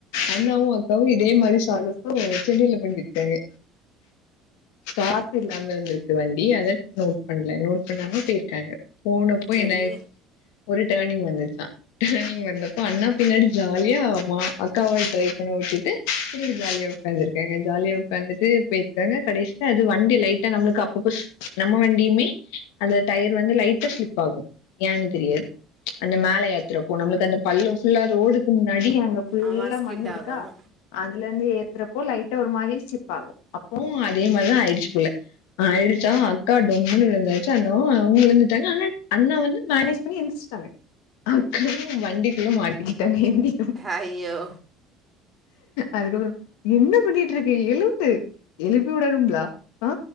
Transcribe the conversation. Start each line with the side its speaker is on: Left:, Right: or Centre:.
Left: அண்ணாவு அக்காவு இதே மாரி சாகசோ சென்னைல பண்ணிருக்காங்க காத்து இல்லாம இருந்திருக்கு வண்டி அத நோட் பண்ணல நோட் பண்ணாம பேயிருக்காங்க போனப்போ
Right: சரி
Left: என்ன ஆயிருச்சு ஒரு டேனிங் வந்துச்சா டனிங் வந்தப்போ அண்ணா பின்னாடி ஜாலியா மா அக்காவ ட்ரை பண்ண விட்டிட்டு பின்னாடி ஜாலியா உக்காந்துருக்காங்க ஜாலியா உக்காந்துட்டு பேயிருக்காங்க கடைசில அது வண்டி லைட்டா நம்ளுக்கு அப்பப்போ நம்ம வண்டியுமே அந்த டயர் வந்து லைட்டா ஸ்லிப் ஆகு யன்னு தெரியாது அந்த மேல ஏத்துரப்போ நம்ளுக்கு அந்த பள்ளோ ஃபுல்லா ரோடுக்கு முன்னாடி அங்க ஃபுல்லா
Right: ஆமா ஸ்கிட்
Left: மண்ணு இருக்கா
Right: ஆகும்
Left: அதுல இருந்து ஏத்துறப்போ லைட்டா ஒரு மாரி ஸ்லிப் ஆகு அப்போவு அதே மாரிதா ஆயிடுச்சு போல ஆ ஆயிடுச்சா அக்கா டொம்முன்னு விழுந்தாச்சு அண்ணாவும் அவங்க எழுந்துருச்சு ட்டாங்க ஆனா அண்ணா வந்து மேனேஜ் பண்ணி எந்திசிட்டாங்க அக்கா தா வண்டி குள்ள மாட்டிக்கிட்டாங்க எந்தி
Right: ஐயோ
Left: அதுக்கப்றோ என்ன பண்ணிட்டு இருக்க எழும்பு எழுப்பி விடணும்லா ஆ